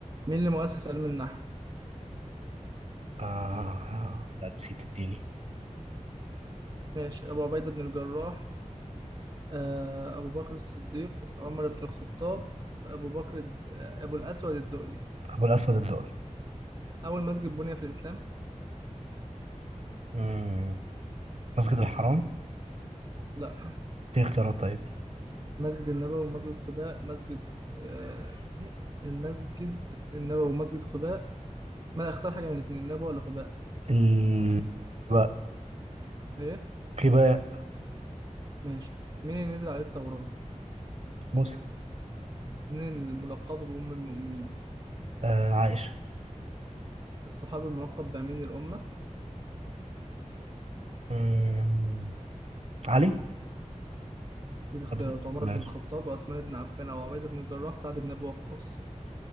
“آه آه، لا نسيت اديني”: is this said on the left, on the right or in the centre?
Right